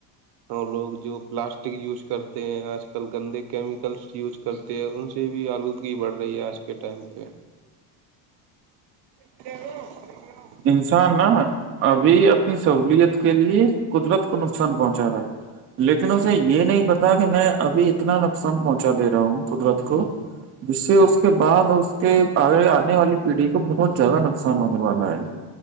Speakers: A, on the right (about 60°); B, on the right (about 30°).
A: وہ لوگ جو پلاسٹک یوز کرتے ہیں آج کل گندے کیمیکلس یوز کرتے ہیں ان سے بھی آلودگی بڑھ رہی ہے آج کے ٹائم پہ و
B: انسان نا ابھی اپنی سہوولت کے لیے قدرت کو نقصان پہنچا رہا ہے لیکن اسے یہ نہیں پتا کہ میں ابھی اتنا نقصان پہنچا دے رہا ہوں قدرت کو جس سے اس کے بعد اس کے آنے والی پیڑھی کو بہت زیادہ نقصان ہونے والا ہے